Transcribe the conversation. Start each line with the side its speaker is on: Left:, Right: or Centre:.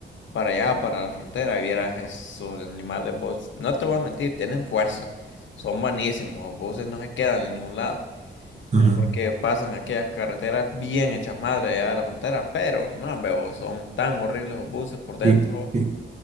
Left: para allá, para la frontera, y vieras esos animales, vos, no te voy a mentir, tienen fuerza, son buenísimos, los buses no se quedan en ningún lado,
Right: Ajá.
Left: porque pasan aquellas carreteras bien hechas madre allá de la frontera, pero no, veo, son tan horribles los buses por dentro,
Right: ¿Y, y